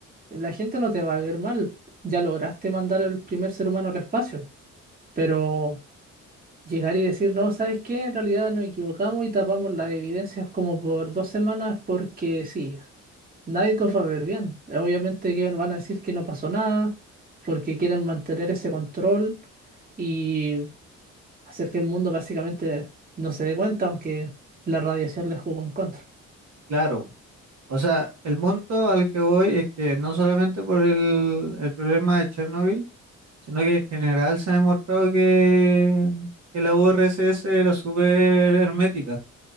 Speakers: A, on the right (about 30°); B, on the right (about 60°).
A: la gente no te va a ver mal, ya lograste mandar el primer ser humano al espacio, pero... Llegar y decir, no, ¿sabes qué? En realidad nos equivocamos y tapamos las evidencias como por dos semanas porque sí, nadie los va a ver bien. Obviamente que van a decir que no pasó nada porque quieren mantener ese control y hacer que el mundo básicamente no se dé cuenta, aunque la radiación les jugó en contra.
B: Claro. O sea, el punto al que voy es que no solamente por el, el problema de Chernobyl, sino que en general se ha demostrado que, que la URSS era súper hermética